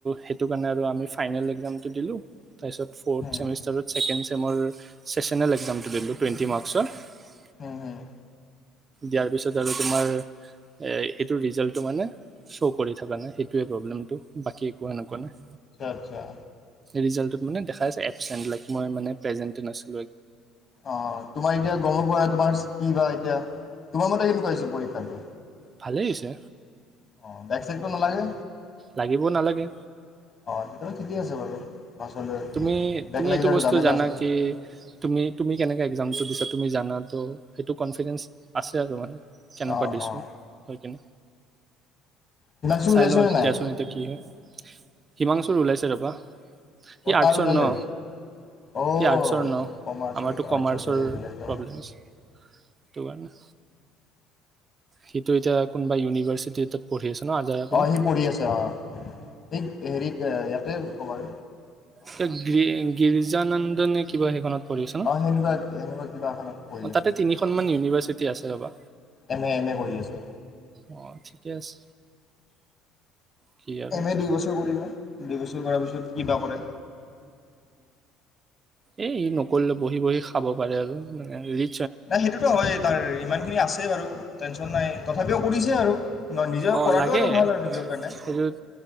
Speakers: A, on the right (about 35°); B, on the left (about 45°).
A: সেইটো কাৰণে আৰু আমি ফাইনেল এক্সামটো দিলো। তাৰ পিছত ফৰ্ট
B: উম
A: ছেমিষ্টাৰত ছেকেণ্ড তেওঁ ম ৰৈ চেশ্যনেল এক্সামটো দিলোঁ টুৱেন্টি মাৰ্ক আচোন <unintelligible>
B: হম ', হম',
A: দিয়াৰ পিছত আৰু তোমাৰ এ', এইটো ৰিজাল্টটো মানে শ্ব' কৰি থকা নাই সেইটোৱে প্ৰব্লেমটো বাকী একোৱা এনেকুৱা নাই।
B: আচ্ছা', আচ্ছা',
A: ৰিজাল্টো মানে দেখায় চাগে এবচেণ্ট লাইক মই মানে প্ৰেজেন্টত আছো
B: অ তোমাৰ এতিয়া গমো পোৱা তোমাৰ কি বা এতিয়া তোমাৰ মতে কেনেকুৱা হৈছে পৰীক্ষাটো
A: ভালেই হৈছে
B: অ বেক চেক তো নালাগে
A: লাগিব নালাগে
B: অ তেতিয়াহলে ঠিকে আছে বাৰু বাছলৈ
A: তুমি
B: বেক
A: তুমি
B: লাগিলে
A: এইটো
B: আৰু
A: বস্তু
B: জামেলা
A: জানা
B: আছে ন।
A: কি তুমি তুমি কেনেকে এক্সামটো দিছা তুমি জানাতো সেইটো কনফিডেঞ্চ আছে আৰু মানে কেনেকুৱা
B: অঁ
A: দিছোঁ
B: অঁ
A: হয় কিনে
B: হিমাংশুৰ
A: চাই
B: ওলাইছেনে
A: লওঁ তেতিয়াচোন
B: নাই
A: এতিয়া কি হয় হিমাংশুৰ ওলাইছে ৰবা সি
B: অঁ তাৰ
A: আৰ্টছৰ
B: ওলালে
A: ন
B: অঁ
A: সি আৰ্টছৰ ন
B: কমাৰ্চ
A: আমাৰতো
B: আৰু আৰ্টছৰ
A: কমাৰ্চৰ
B: বেলেগ বেলেগ অঁ
A: প্ৰব্লেম আছে সেইটো কাৰণে সিটো এতিয়া কোনোবা ইউনিভাৰ্চিটিত পঢ়ি আছে ন আজাৰা পিনে
B: অ সি পঢ়ি আছে অ ঠিক হেৰিত ইয়াতে ক'বাত
A: গ গি গিৰ্জানন্দন নে কিবা সেইখনত পঢ়ি আছে ন
B: অঁ সেনেকুৱা সেনেকুৱা কিবা এখনত পঢ়ি
A: অ
B: আছে
A: তাতে তিনিখন মান ইউনিভাৰ্চিটি আছে ৰবা
B: এম এ এম এ কৰি আছে
A: অ ঠিকে আছে কি আৰু
B: এম এ দুই বছৰ কৰিব দুই বছৰ কৰাৰ পিছত কিবা কৰে
A: এ ই নকৰিলে বহি বহি খাব পাৰে আৰু মানে হেৰি
B: নাই সেইটোতো হয়েই তাৰ ইমান খিনি আছে বাৰু টেনচন নাই তথাপিও কৰিছে আৰু ন নিজৰ
A: অ
B: কৰাটো
A: লাগে
B: আৰু ভাল আৰু নিজৰ কাৰণে
A: সেইটো